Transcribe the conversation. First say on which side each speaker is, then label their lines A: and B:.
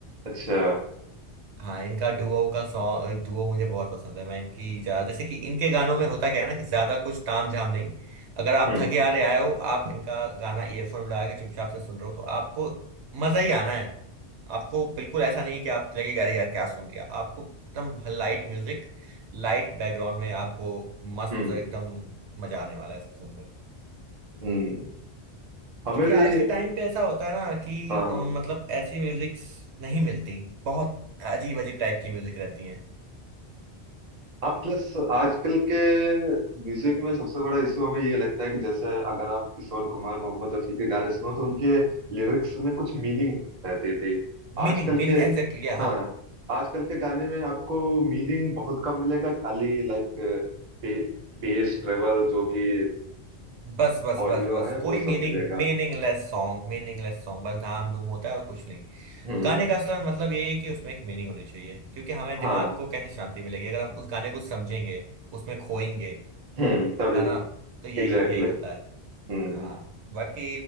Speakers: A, on the right (about 40°); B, on the right (about 80°).
A: अच्छा
B: हाँ इनका डुओ का सॉन्ग डुओ मुझे बहुत पसंद है मैं इनकी ज्यादा जैसे कि इनके गानों में होता क्या है ना कि ज्यादा कुछ ताम झाम नहीं अगर आप
A: हम्म
B: थके आ रहे आए हो आप इनका गाना ईयरफोन लगा के चुपचाप से सुन रहे हो तो आपको मजा ही आना आपको बिल्कुल ऐसा नहीं कि आप लगेगा अरे यार क्या सुन लिया आपको एकदम लाइट म्यूजिक लाइट बैकग्राउंड में आपको मस्त
A: हम्म
B: एकदम मजा आने वाला है इसको सुनकर
A: हम्म हमें
B: क्योंकि
A: भी
B: आज के टाइम पे ऐसा होता है ना कि
A: हाँ हाँ
B: अ, मतलब ऐसी म्यूजिक नहीं मिलती बहुत अजीब अजीब टाइप की म्यूजिक रहती है
A: हाँ प्लस आजकल के म्यूजिक में सबसे बड़ा इशू हमें ये लगता है कि जैसे अगर आप किशोर कुमार मोहम्मद रफी के गाने सुनो तो उनके लिरिक्स में कुछ मीनिंग रहते थे आजकल
B: मीनिंग मीनिंग
A: के
B: एग्जैक्टली
A: हाँ
B: हाँ
A: आजकल के गाने में आपको मीनिंग बहुत कम मिलेगा खाली लाइक बे, बेस ट्रेबल जो भी
B: बस बस
A: ऑडियो
B: बस बस
A: है
B: कोई
A: वो सब
B: meaning
A: मिलेगा
B: meaningless song meaningless song बस धाम धूम होता है और कुछ नहीं
A: हम्म
B: गाने का असला मतलब ये है कि उसमें एक मीनिंग होनी चाहिए क्योंकि हमें
A: हाँ
B: दिमाग को कैसे शांति मिलेगी अगर हम उस गाने को समझेंगे उसमें खोएंगे
A: हम्म तभी
B: है ना तो यही
A: एग्जैक्टली
B: यही होता है
A: हम्म
B: हाँ बाकी